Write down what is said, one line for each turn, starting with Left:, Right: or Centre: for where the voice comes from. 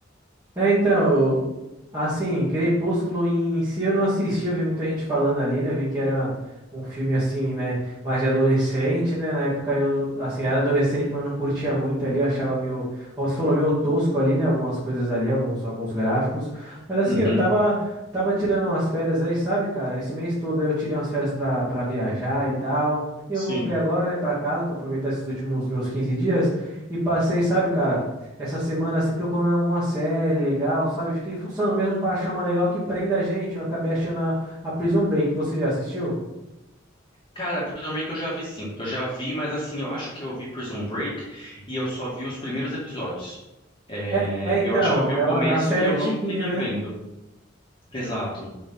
Right: É, então, assim, Crepúsculo em si eu não assisti, eu vi muita gente falando ali, né? Eu vi que era um filme assim, né, mais de adolescente, né? Na época eu, assim, era adolescente, mas eu não curtia muito ali, eu achava meio, como você falou, meio tosco ali, né? Algumas coisas ali, alguns, alguns gráficos. Mas assim,
Left: Uhum,
Right: eu tava, tava tirando umas férias aí, sabe, cara? Esse mês todo aí eu tirei umas férias pra, pra viajar e tal. E eu
Left: sim.
Right: voltei agora, né, pra casa pra aproveitar esses últimos meus 15 dias e passei, sabe, cara? essa semana assim procurando alguma série legal, sabe? Fiquei fuçando mesmo pra achar uma legal que prenda a gente. Eu acabei achando a, a Prison Break. Você já assistiu?
Left: Cara, Prison Break eu já vi sim. Eu já vi, mas assim, eu acho que eu vi Prison Break e eu só vi os primeiros episódios. É,
Right: É, é então,
Left: eu acho que eu vi
Right: é
Left: o começo
Right: uma, é uma série
Left: e eu
Right: antiguinha,
Left: não segui
Right: né?
Left: vendo. Exato,